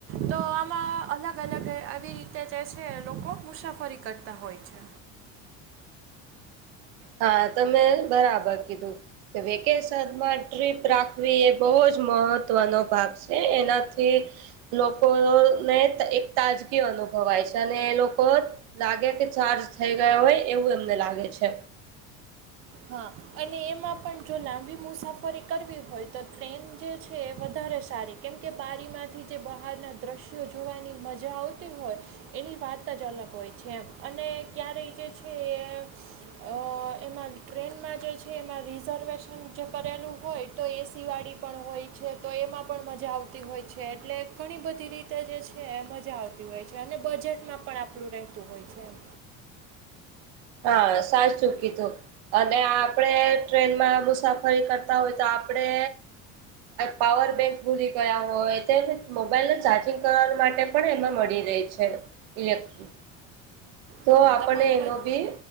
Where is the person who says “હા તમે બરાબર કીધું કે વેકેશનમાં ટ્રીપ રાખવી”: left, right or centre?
Right